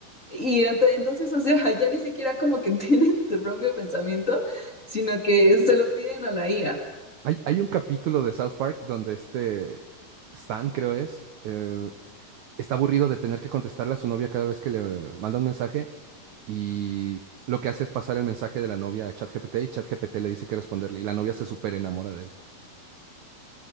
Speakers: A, on the left (about 25°); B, on the right (about 70°).
A: Y ent- entonces, o sea, <laughs> ya ni siquiera como que <laughs> tienen tu propio pensamiento, sino que se lo piden a la IA.
B: Hay, hay un capítulo de South Park donde este Stan, creo es, eh, está aburrido de tener que contestarle a su novia cada vez que le manda un mensaje y lo que hace es pasar el mensaje de la novia a ChatGPT y ChatGPT le dice que responderle y la novia se súper enamora de él.